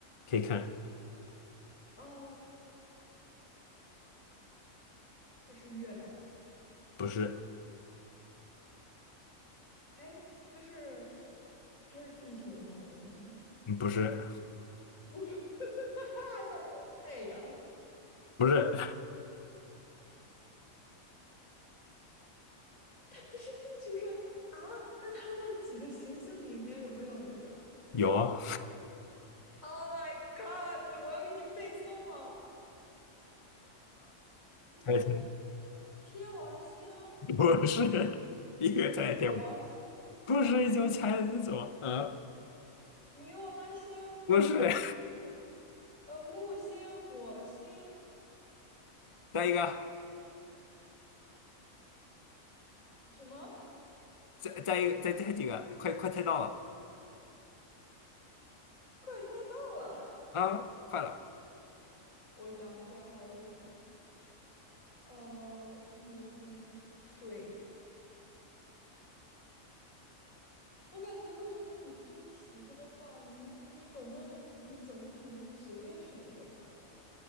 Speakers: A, on the left; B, on the left.
A: 可以看，
B: 啊，呃它是月亮吗？
A: 不是，
B: 哎，它是它是地球上的东西吗？
A: 嗯不是，
B: 我说 <laughs> 哈哈是太阳，
A: 不是，
B: 它不是地球上啊？那它那几个行星里面有没有一个
A: 有啊，
B: ？Oh my god！我要给你背诵吗？天
A: 猜猜，
B: 天王星、
A: 不是，第一个猜天舞，
B: 海王星、
A: 不是一种猜这种，啊？
B: 冥王星、
A: 不是，
B: 呃木星、火星
A: 再一个，
B: 什么？
A: 再再一个，再再几个，快快猜到了
B: 快猜到了！
A: 啊，快了，
B: <laughs> 我想一下还有什么？呃，木星、水我感觉为什么你出题的话，你应你总不能你总不可能随便选一个吧？